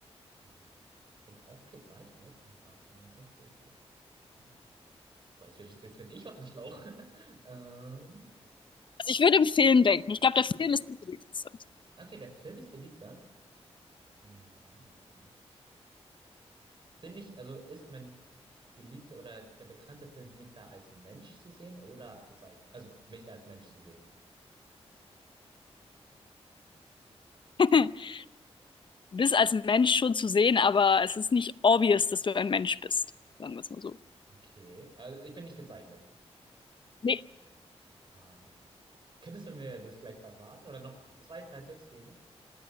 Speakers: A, on the right; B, on the left.
A: Hm, Ich bin auch gezeichnet und aber auch eine echte Se Kind. Boah, jetzt bin ich, jetzt bin ich auf dem Schlauch. <laughs> ähm,
B: Also ich würde im Film denken. Ich glaube, der Film ist. interessant.
A: okay, der Film ist beliebter. Mhm, mhm. Bin ich, also ist mein beliebter oder der bekannte Film, bin ich da als Mensch zu sehen oder gezeichnet? Also bin ich da als Mensch zu sehen?
B: <laughs> Du bist als Mensch schon zu sehen, aber es ist nicht obvious, dass du ein Mensch bist. Sagen wir es mal so.
A: Okay, also ich bin nicht gezeichnet.
B: Nee.
A: Oh, könntest du mir das gleich verraten oder noch zwei, drei Tipps geben?